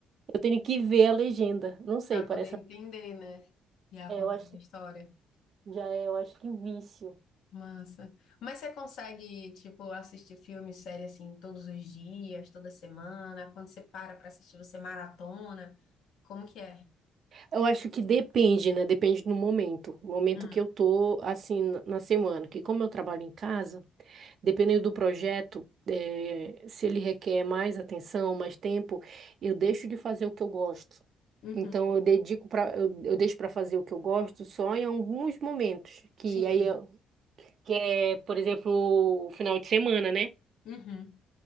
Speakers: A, on the right; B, on the left.
A: Eu tenho que ver a legenda. Não sei,
B: para
A: parece.
B: poder entender, né? E acompanhar
A: É, eu acho,
B: a história.
A: já é, eu acho que vício.
B: Massa. Mas você consegue, tipo, assistir filme, série, assim, todos os dias, toda semana? Quando você para pra assistir, você maratona? Como que é?
A: Eu acho que depende, né? Depende do momento. O momento
B: Hum,
A: que eu tô, assim, na na semana. Que como eu trabalho em casa, dependendo do projeto, eh, se ele requer mais atenção, mais tempo, eu deixo de fazer o que eu gosto.
B: Uhum.
A: Então eu dedico para eu, eu deixo para fazer o que eu gosto só em alguns momentos, que
B: Sim.
A: aí é, que é, por exemplo, o final de semana, né?
B: Uhum.